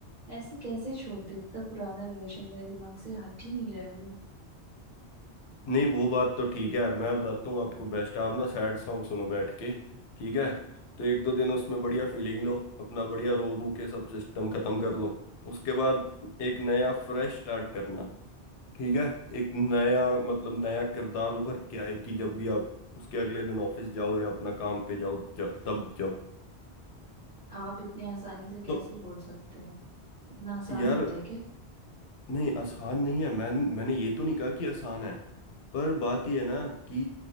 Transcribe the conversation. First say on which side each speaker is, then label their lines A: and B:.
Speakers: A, on the right; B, on the left.
A: ऐसे कैसे छोड़ दे इतना पुराना रिलेशन मेरे दिमाग से हट ही नहीं रहा है वो
B: नहीं वो बात तो ठीक है यार मैं बताता हूँ आपको बेस्ट आप ना सैड सॉन्ग सुनो बैठ के ठीक है तो एक दो दिन उसमें बढ़िया फीलिंग लो अपना बढ़िया रो रू के सब सिस्टम खत्म कर लो उसके बाद एक नया फ्रेश स्टार्ट करना ठीक है एक नया मतलब नया किरदार उभर के आए कि जब भी आप उसके अगले दिन ऑफिस जाओ या अपना काम पे जाओ जब तब जब
A: आप इतने आसानी से कैसे
B: तो
A: बोल सकते हैं इतना आसान
B: यार
A: होता है क्या
B: नहीं आसान नहीं है मैं मैंने ये तो नहीं कहा कि आसान है पर बात ये है ना कि